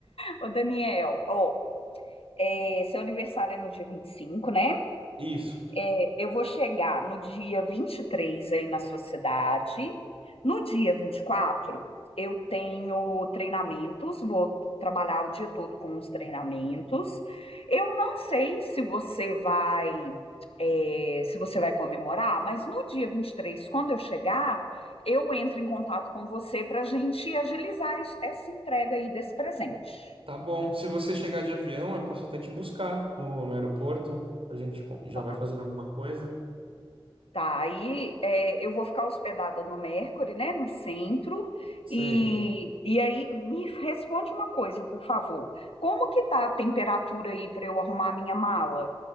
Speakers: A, on the left; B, on the right.
A: Ô, Daniel, ó, é, seu aniversário é no dia vinte e cinco né?
B: Isso.
A: É, eu vou chegar no dia 23 aí na sua cidade. No dia 24 eu tenho treinamentos, vou trabalhar o dia todo com os treinamentos. Eu não sei se você vai é, se você vai comemorar, mas no dia 23, quando eu chegar, eu entro em contato com você para a gente agilizar es- essa entrega aí desse presente.
B: Tá bom. Se você chegar de avião, eu posso até te buscar no, no aeroporto. A gente co- já
A: Tá?
B: vai fazendo alguma coisa.
A: Tá, aí é, eu vou ficar hospedada no Mercury, né, no centro,
B: Sei.
A: e, e aí me responde uma coisa, por favor. Como que tá a temperatura aí para eu arrumar a minha mala?